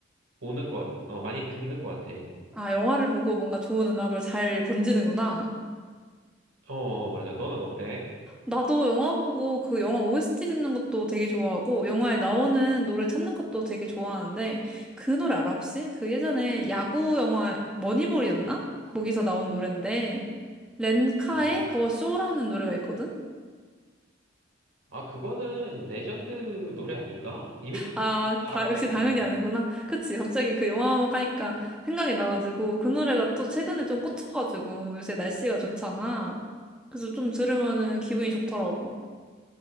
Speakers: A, on the right; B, in the centre.
A: 보는 것 같아. 어, 많이 듣는 것 같아.
B: 아, 영화를 보고 뭔가 좋은 음악을 잘 건지는구나.
A: 어, 어, 어, 맞아. 너는 어때?
B: 나도 영화 보고 그 영화 OST 듣는 것도 되게 좋아하고, 영화에 나오는 노래 찾는 것도 되게 좋아하는데, 그 노래 알아, 혹시? 그 예전에 야구 영화 머니볼이었나? 거기서 나온 노랜데, 렌카의
A: 응.
B: 더 쇼라는 노래가 있거든?
A: 아, 그거는 레전드 노래 아닌가? 이미
B: 아,
A: 다
B: 다,
A: 알잖아.
B: 역시 당연히 아는구나. 그치, 갑자기 그 영화 음악 하니까 생각이 나가지고, 그 노래가 또 최근에 좀 꽂혀가지고, 요새 날씨가 좋잖아. 그래서 좀 들으면은 기분이 좋더라고.